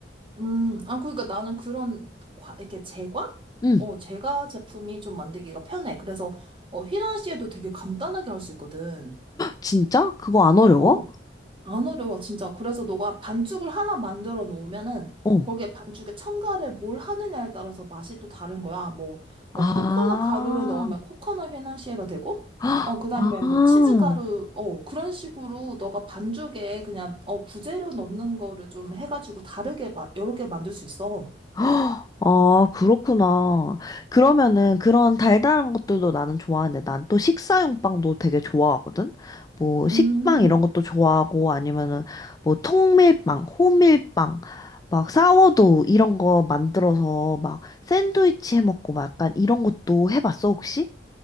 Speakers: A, on the right; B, on the left.
A: 음, 아, 그러니까 나는 그런 과- 이렇게 제과?
B: 응.
A: 어, 제과 제품이 좀 만들기가 편해. 그래서 어, 휘낭시에도 되게 간단하게 할 수 있거든.
B: 진짜? 그거 안 어려워?
A: 어, 안 어려워, 진짜. 그래서 너가 반죽을 하나 만들어 놓으면은
B: 어.
A: 거기에 반죽에 첨가를 뭘 하느냐에 따라서 맛이 또 다른 거야. 뭐,
B: 아.
A: 어, 코코넛 가루를 넣으면 코코넛 휘낭시에가 되고,
B: <gasps>
A: 어, 그 다음에
B: 아.
A: 뭐 치즈 가루, 어, 그런 식으로 너가 반죽에 그냥, 어, 부재료 넣는 거를 좀 해가지고 다르게, 마, 여러 개 만들 수 있어.
B: 헉, 아, 그렇구나. 그러면은 그런 달달한 것들도 나는 좋아하는데 난 또 식사용 빵도 되게 좋아하거든? 뭐 식빵
A: 음.
B: 이런 것도 좋아하고 아니면은 뭐 통밀빵, 호밀빵, 막 사워도우 이런 거 만들어서 막 샌드위치 해 먹고 막 약간 이런 것도 해봤어 혹시?